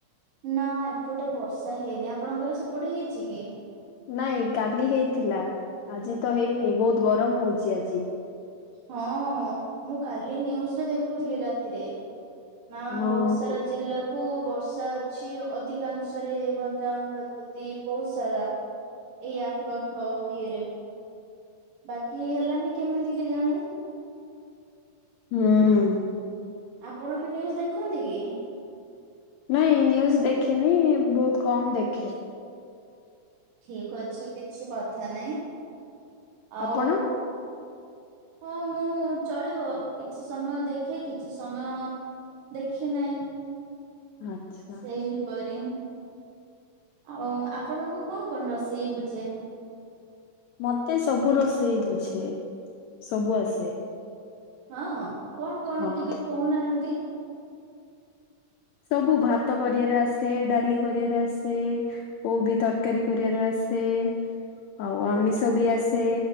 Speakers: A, on the right; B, on the left.
A: ନା ଏପଟେ ବର୍ଷା ହେଇନି ଆପଣଙ୍କର ସେପଟେ ହେଇଛି କି?
B: ନାଇଁ କାଲି ହେଇଥିଲା ଆଜି ତ ହେଇନି ବହୁତ ଗରମ ହଉଛି ଆଜି।
A: ହଁ ମୁଁ କାଲି ନିୁଜରେ ଦେଖୁଥିଲି ରାତିରେ। ନା
B: ହଁ
A: ବହୁତ ସାରା ଜିଲ୍ଲା କୁ ବର୍ଷା ଅଛି ଅଧିକାଂଶରେ ଗଞ୍ଜାମ ଗଜପତି ବହୁତ ସାରା। ଏଇ ଆଖପାଖ ଇଏରେ। ବାକି ହେଲାନି କେମିତି କେଯାଣେ।
B: ହୁଁ।
A: ଆପଣ ବି ନ୍ୟୁଜ ଦେଖନ୍ତି କି?
B: ନାଇଁ ନ୍ୟୁଜ ଦେଖେନି ବହୁତ କମ୍ ଦେଖେ।
A: ଠିକ ଅଛି କିଛି କଥା ନାଇଁ ଆଉ।
B: ଆପଣ?
A: ହଁ ମୁଁ ଚଳିବ କିଛି ସମୟ ଦେଖେ କିଛି ସମୟ। ଦେଖେ ନାହିଁ।
B: ଆଚ୍ଛା
A: ସେହିପରି ଆଉ ଆପଣଙ୍କୁ କଣ କଣ ରୋଷେଇ ବୁଝେ?
B: ମତେ ସବୁ ରୋଷେଇ ବୁଝେ ସବୁ ଆସେ।
A: ହଁ କଣ କଣ
B: ହଁ।
A: ଟିକେ କହୁନାହାନ୍ତି।
B: ସବୁ ଭାତ କରିବାର ଆସେ ଡାଲି କରିବାର ଆସେ। କୋଉ ବି ତରକାରୀ କରିବାର ଆସେ। ଆଉ ଆମିଷ ବି ଆସେ